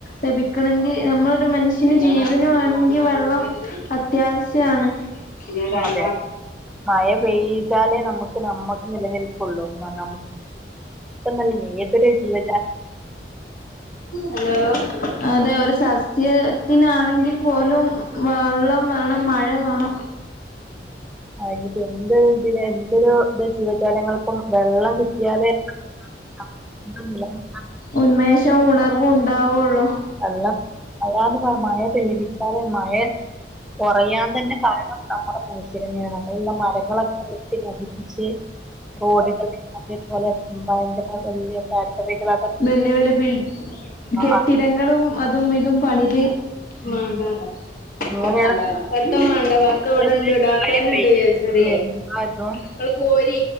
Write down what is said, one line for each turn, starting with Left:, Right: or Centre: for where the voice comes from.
Left: ലഭിക്കണെങ്കി നമ്മളൊരു മനുഷ്യന് ജീവന് വാണെങ്കി വെള്ളം അത്യാവശ്യാണ് ജീവിത അൻ
Centre: അതെ
Left: <unintelligible>
Centre: അതെ മഴ പെയ്താലേ ഞമ്മക്ക് നമ്മക്ക് നിലനിൽപ്പൊള്ളൂ മ നമ് ക്കെന്നെല്ല എതൊരു ജീവജാ
Left: ഹലോ, അതെ ഒരു സസ്യ ത്തിനാണെങ്കിൽ പോലും വള്ളം വേണം മഴ വേണം
Centre: അയിഞ്ഞിപ്പോ എന്തൊരു ഇതിലെ എന്തൊരു ത് ജീവജാലങ്ങൾക്കും വെള്ളം കിട്ടിയാലേ അഹ് <unintelligible>
Left: ഉന്മേഷോം ഉണർവും ണ്ടാവോള്ളു
Centre: അല്ല മഴാന്ന് <unintelligible> മഴ പെയ്യിപ്പിച്ചാലേ മഴ കൊറയാൻ തന്നെ കാരണം നമ്മള് മനുഷ്യരെന്നെ ആണ് <unintelligible> പ്പം മരങ്ങളൊക്കെ വെട്ടി നശിപ്പിച്ച് റോഡിന്റെ <unintelligible> ഭയങ്കര വല്ല്യ ഫാക്ടറികളാ
Left: ബല്യ വല്യ ബിൽ കെട്ടിടങ്ങളും
Centre: അത്
Left: അതും ഇതും പണിത്
Centre: ഉം
Left: മാണ്ടാ റയ് മ്മാക്ക്
Centre: അങ്ങനെയാണ്
Left: വാണ്ടേലോ പർദ്ദ മാണ്ട പർദ്ദ വടണ്ട്
Centre: തന്നെ
Left: ഡാത്തെന്നെണ്ട്
Centre: മഴ പെയ്യുന്നതും
Left: <unintelligible> ങ്ങള് പോരി